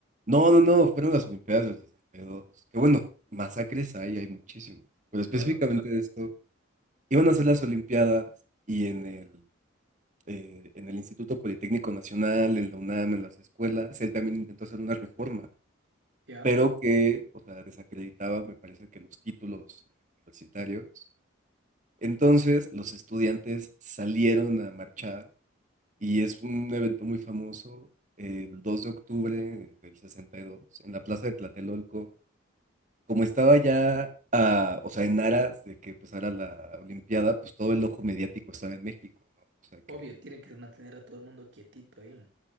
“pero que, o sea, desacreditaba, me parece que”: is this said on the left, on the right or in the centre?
Right